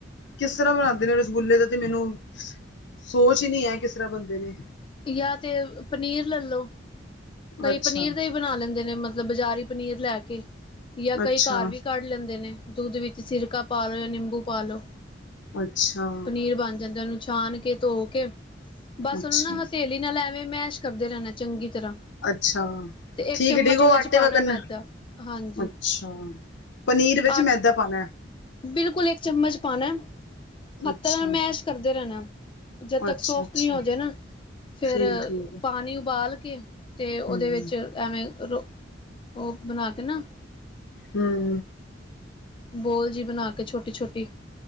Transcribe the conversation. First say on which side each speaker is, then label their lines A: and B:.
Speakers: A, on the left; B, on the left.
A: ਕਿਸ ਤਰ੍ਹਾਂ ਬਣਾਂਦੇ ਨੇ ਰਸਗੁੱਲੇ ਦਾ ਤੇ ਮੈਨੂੰ ਸੋਚ ਹੀ ਨਹੀਂ ਹੈ ਕਿਸ ਤਰ੍ਹਾਂ ਬੰਦੇ ਨੇ
B: ਯਾਂ ਤੇ ਪਨੀਰ ਲਲੋ ਕਈ
A: ਅੱਛਾ
B: ਪਨੀਰ ਦੇ ਬਣਾ ਲੈਂਦੇ ਨੇ ਮਤਲਬ ਬਜ਼ਾਰੀ ਪਨੀਰ ਲੈ ਕੇ ਜਾਂ ਕਈ
A: ਅੱਛਾ
B: ਘਰ ਵੀ ਕੱਢ ਲੈਂਦੇ ਨੇ ਦੁੱਧ ਵਿੱਚ ਸਿਰਕਾ ਪਾ ਲ ਜਾਂ ਨਿੰਬੂ ਪਾ ਲੋ
A: ਅੱਛਾ
B: ਪਨੀਰ ਬਣ ਜਾਂਦੇ <unintelligible> ਉਹਨੂੰ ਛਾਨ ਕੇ ਧੋ ਕੇ ਬਸ
A: ਅੱਛਾ
B: ਉਹਨੂੰ ਨਾ ਹ ਥੇਲੀ ਨਾਲ ਲੈਵੇਂ ਮੈਸ਼ ਕਰਦੇ ਰਹਿਣਾ ਚੰਗੀ ਤਰ੍ਹਾਂ
A: ਅੱਛਾ
B: ਤੇ ਇੱਕ
A: ਠੀਕ
B: ਚਮਚ
A: ਠੀਕ ਉਹ
B: ਉਹਦੇ
A: ਆਟੇ
B: 'ਚ ਪਾਣਾ
A: ਵ ਕਰਨ
B: ਮੈਦਾ ਹਾਂਜੀ
A: ਅੱਛਾ ਪਨੀਰ ਵਿੱਚ
B: ਆ
A: ਮੈਦਾ ਪਾਉਣਾ
B: ਬਿਲਕੁਲ ਇੱਕ ਚਮਚ ਪਾਉਣਾ ਹੱਥ
A: ਅੱਛਾ
B: ਨਾਲ ਮੈਸ਼ ਕਰਦੇ ਰਹਿਣਾ ਜਦ ਤੱਕ
A: ਅੱਛਾ
B: ਸੋਫਟ
A: ਅੱਛਾ
B: ਨਹੀਂ ਹੋ ਜਾੇ ਨਾ ਫੇਿਰ
A: ਠੀਕ ਠੀਕ
B: ਪਾਣੀ ਉਬਾਲ ਕੇ ਤੇ ਉਹਦੇ
A: ਹਮ
B: ਵਿੱਚ ਐਵੇਂ ਰੋ ਉਹ ਬਣਾ ਕੇ ਨਾ
A: ਹਮ
B: ਬੋਲ ਜੀ ਬਣਾ ਕੇ ਛੋਟੀ ਛੋਟੀ